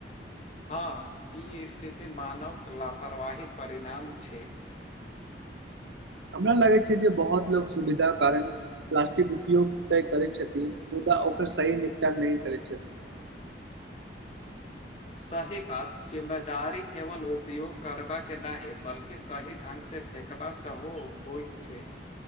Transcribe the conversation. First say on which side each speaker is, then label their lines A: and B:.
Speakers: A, on the left (about 35°); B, on the right (about 85°).
A: हँ ई स्थिति मानवक लापरवाही परिणाम छैय।
B: हमरा लागै छैय जे बहुत लोक सुविधा कारण प्लस्टिक उपयोग त करैत छथि मुदा ओकर सही निपटान नहि करैत छथि। <inaudible>
A: सही बात जिम्मेदारी केवल उपयोग करबाक के नहि बलकि सही ढंग से <unintelligible> छैय